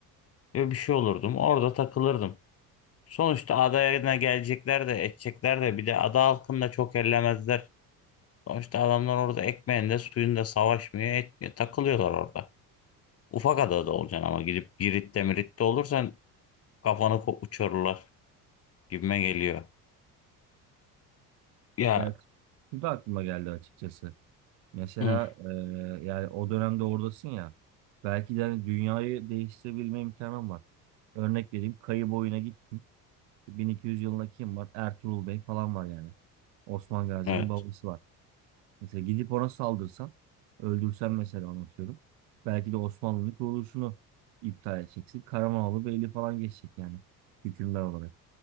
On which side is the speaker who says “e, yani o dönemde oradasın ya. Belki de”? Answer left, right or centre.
Right